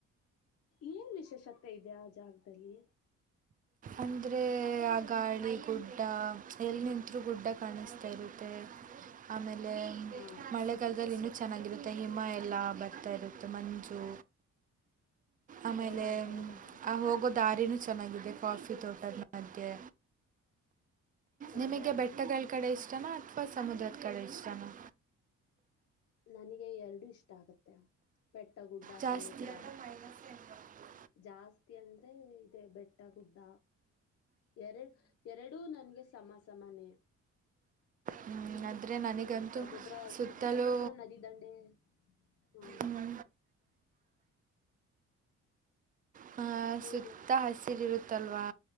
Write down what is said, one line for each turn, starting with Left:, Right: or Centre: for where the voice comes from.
Left: ಏನ್ ವಿಶೇಷತೆ ಇದೆ ಆ ಜಾಗದಲ್ಲಿ
Right: ಅಂದ್ರೆ ಆ ಗಾಳಿ ಗುಡ್ಡ ಎಲ್ಲಿ ನಿಂತರೂ ಗುಡ್ಡ ಕಾಣಿಸ್ತಾ ಇರುತ್ತೆ ಆಮೇಲೆ
Left: ಹಾ
Right: ಮಳೆಗಾಲದಲ್ಲಿ ಇನ್ನು ಚೆನ್ನಾಗಿರುತ್ತೆ ಹಿಮ ಎಲ್ಲ ಬರ್ತಾ ಇರುತ್ತೆ ಮಂಜು ಆಮೇಲೆ
Left: ಓ ಹೌದಾ
Right: ಆ ಹೋಗೋ ದಾರಿನೆ ಚೆನ್ನಾಗಿದೆ ಕಾಫಿ ತೋಟಲ್ ಮಧ್ಯೆ
Left: ಓಹೋ
Right: ನಿಮಗೆ ಬೆಟ್ಟಗಳ
Left: ಹೋ
Right: ಕಡೆ ಇಷ್ಟನಾ ಪ್ಪ ಸಮುದ್ರತ್ ಕಡೆ ಇಷ್ಟತಾನ
Left: ನನಗೆ ಎರಡು ಇಷ್ಟ ಆಗುತ್ತೆ ಬೆಟ್ಟಗುಡ್ಡ
Right: ಜಾಸ್ತಿ
Left: ಸಮುದ್ರ
Right: ಇದೆಲ್ಲ ಮೈನಸ್ ಹೆಂಗೆ ಬರ್ತದೆ
Left: ಜಾಸ್ತಿ ಅಂದ್ರೆ ಇದೆ ಬೆಟ್ಟಗುಡ್ಡ ಎರಡ್ ಎರಡೂ ನನ್ಗೆ ಸಮ ಸಮಮನೆ
Right: ಹ್ಮ್,
Left: ಬೀಚು
Right: ಆದರೆ ನನಗಂತೂ
Left: ಸಮುದ್ರ
Right: ಸುತ್ತಲೂ
Left: ಸಮುದ್ರ ನದಿ ದಂಡೆ ಹಾ
Right: ಹ್ಮ್, ಹಹ
Left: ಹೇಳಿ
Right: ಸುತ್ತ ಹಸಿರು ಇರುತ್ತಲ್ವಾ